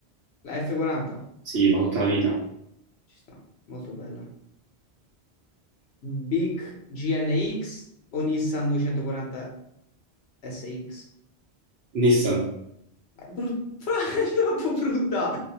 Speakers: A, on the left (about 80°); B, on the right (about 70°).
A: La F40
B: sì, ma tutta la vita.
A: ci sta, molto bella. Big GNX o Nissan 240 SX?
B: Nissan,
A: Ma è brut- <laughs> è troppo brutta.